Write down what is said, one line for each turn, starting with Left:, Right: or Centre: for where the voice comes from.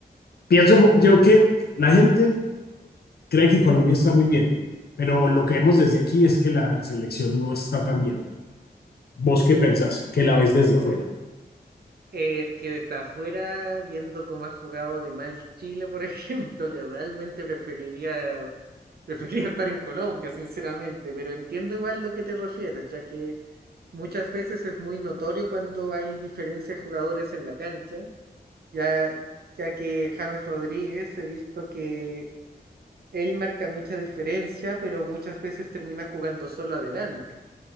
Left: Pienso yo que la gente cree que Colombia está muy bien, pero lo que vemos desde aquí es que la selección no está tan bien. ¿Vos qué pensás? Que la ves desde afuera.
Right: Es que desde afuera, viendo cómo ha jugado de mal Chile, por <laughs> ejemplo, le realmente preferiría, <laughs> preferiría estar en Colombia, sinceramente, pero entiendo igual lo que te refieres, ya que muchas veces es muy notorio cuando hay diferencia de jugadores en la cancha, ya, ya que James Rodríguez he visto que Él marca mucha diferencia, pero muchas veces termina jugando solo adelante.